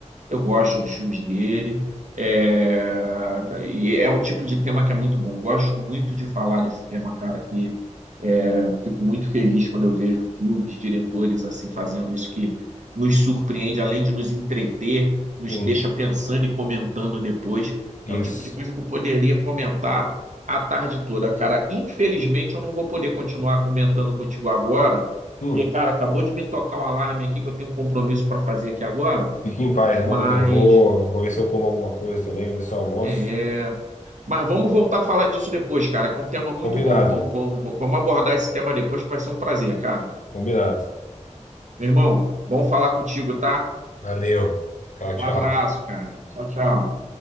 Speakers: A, on the right; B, on the left.
A: eu gosto dos filmes dele. É, e é um tipo de tema que é muito bom. Gosto muito de falar desse tema, cara, que é, fico muito feliz quando eu vejo filmes, diretores assim fazendo isso que nos surpreende, além de nos entreter, nos
B: Sim,
A: deixa pensando e comentando depois.
B: isso.
A: É o tipo de coisa que eu poderia comentar a tarde toda, cara. Infelizmente, eu não vou poder continuar comentando contigo agora,
B: Hum,
A: porque, cara, acabou de me tocar um alarme aqui que eu tenho um compromisso para fazer aqui agora.
B: fique em paz.
A: Mas,
B: Eu vou, eu vou, vou ver se eu como alguma coisa também, vou ver se eu almoço.
A: é, mas vamos voltar a falar disso depois, cara, que é um tema muito
B: Combinado,
A: bom. Vamos, vamos, vamos abordar esse tema depois, que vai ser um prazer, cara.
B: combinado.
A: Meu irmão, bom falar contigo, tá?
B: Valeu. Tchau,
A: Um
B: tchau.
A: abraço, cara. Tchau, tchau.